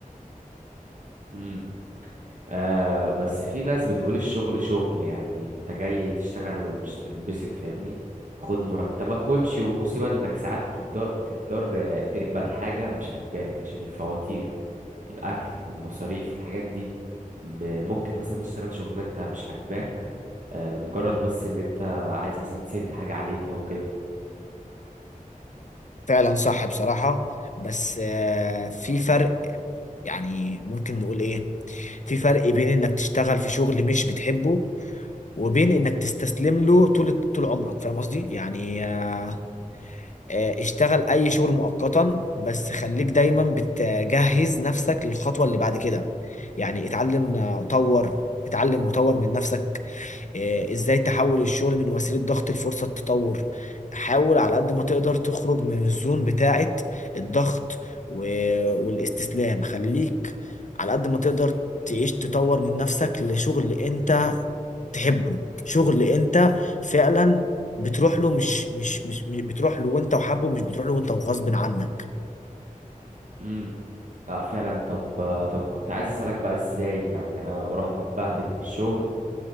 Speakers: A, on the right; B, on the left.
A: امم آه بس في ناس بتقول الشغل شغل يعني انت جاي تشتغل مش تنبسط فاهمني خد مرتبك وامشي والمصيبة انك ساعات تضطر تضطر آه، تقبل حاجة مش عاجباك عشان الفواتير الاكل المصاريف الحاجات دي ب- ممكن مثلا تشتغل شغلانه انت مش عاجباك آه، لمجرد بس اللي انت عايز مثلا تسد حاجه عليك او كده
B: فعلا صح بصراحة بس آه، في فرق يعني ممكن نقول ايه في فرق بين انك تشتغل في شغل مش بتحبه وبين انك تستسلم له طول طول عمرك فاهم قصدي يعني آه، آه، اشتغل اي شغل مؤقتا بس خليك دايما بتجهز نفسك للخطوة اللي بعد كده يعني اتعلم آه، طور اتعلم وطور من نفسك آه، ازاي تحول الشغل من وسيلة ضغط لفرصة تطور حاول على قد ما تقدر تخرج من الزون بتاعة الضغط و- والاستسلام خليك على قد ما تقدر تعيش تطور من نفسك لشغل انت تحبه شغل انت فعلا بتروح له مش مش مش مش- بتروح له وانت وحابه مش بتروح له وانت وغصب عنك
A: امم آه فعلا طب آه، طب كنت عايز اسالك بقى ازاي يعني انا بروح متبهدل من الشغل